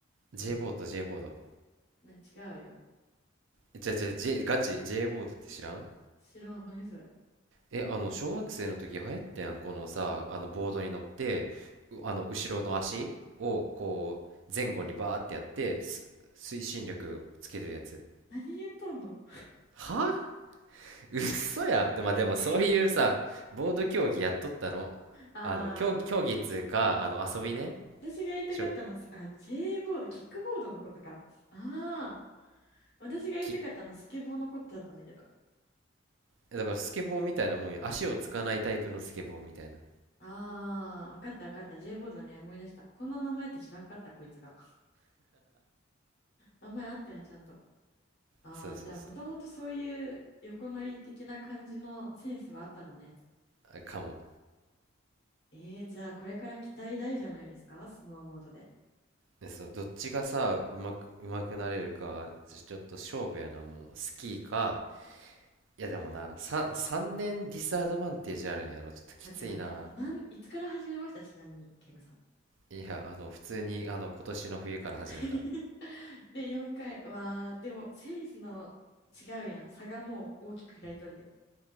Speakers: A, on the right (about 65°); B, on the left (about 55°).
A: J
B: あの、
A: ボード、J ボード。
B: な、違うよ。
A: え、違う違う、J、ガチ、J ボードって知らん
B: 知らん。何それ。
A: え、あの、小学生の時流行ってん、このさ、あの、ボードに乗って、うあの、後ろの足を、こう、前後にバーってやって、す推進力つけてるやつ。
B: 何言っとんの
A: は嘘や。で、まあ、でも、
B: <laughs>
A: そういうさ、ボード競技やっとったの。
B: あー、
A: あの、競、競技っつうか、あの、遊びね。
B: 私が言いたかったの、
A: しょ、
B: あ、J ボード、キックボードのことか。あー、私が言いたかったの、
A: き、
B: スケボーのことだったんだけど。
A: だから、スケボーみたいなもんよ。足をつかないタイプのスケボーみたいな。
B: あー、わかったわかった。J ボードね、思い出した。こんな名前って知らんかった、こいつが。名前あったやん、ちゃんと。あー、
A: そうそうそう。
B: じゃあ、もともとそういう横乗り的な感じのセンスはあったのね。
A: あかも。
B: えー、じゃあ、これから期待大じゃないですかスノーボードで。
A: で、そう、どっちがさ、うまく、うまくなれるか、ちょちょっと勝負やな、もう。スキーか、いやでもな、
B: えー、
A: 3、3年ディスアドバンテージあるんやろ。ちょっときついな。
B: 待って待って。なん、いつから始めましたちなみに、ケイゴさん。
A: いや、あの、普通に、あの、今年の冬から始めた。
B: <laughs> で、4回。わー、でも、センスの違うやん。差がもう大きく開いとるで。